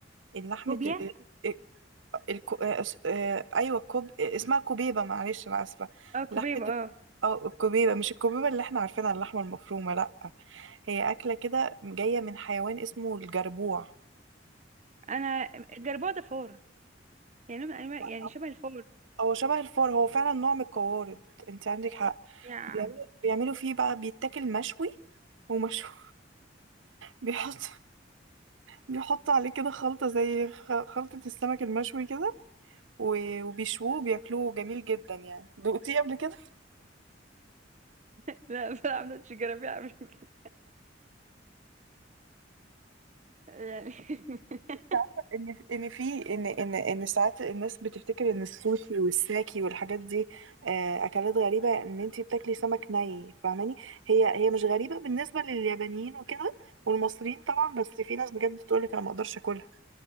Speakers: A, on the right (about 85°); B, on the right (about 40°).
A: اللحمة
B: كوبيا
A: ال- ال- الكو... آه، اس- آه، ايوه الكوب آه، اسمها كوبيبة معلش انا اسفة
B: اه كوبيب
A: لحمة
B: اه
A: الك- اه الكوبيبة مش الكوبيبة اللي احنا عارفينها اللحمة المفرومة لا هي أكلة كده جاية من حيوان اسمه الجربوع
B: انا الجربوع ده فار يعني نوع من انواع
A: فلا
B: يعني شبه الفار
A: هو شبه الفار هو فعلا نوع من القوارض انت عندك حق
B: يا
A: بيعملوا بيعملوا فيه بقى بيتاكل مشوي ومشوي <laughs> بيحط بيحط عليه كده خلطة زي خ- خلطة السمك المشوي كده و- وبيشووه بياكلوه جميل جدا يعني دقتيه قبل كده
B: <laughs> لا بلعب نوتش جرابيع قبل كده. يعني <laughs>
A: انت عارفة ان في- ان في ان ان ان ساعات الناس بتفتكر ان السوشي والساكي والحاجات دي آه، اكلات غريبة ان انت بتاكلي سمك ني فاهماني هي هي مش غريبة بالنسبة لليابانيين وكده والمصريين طبعا بس في ناس بجد بتقولك انا ما اقدرش اكلها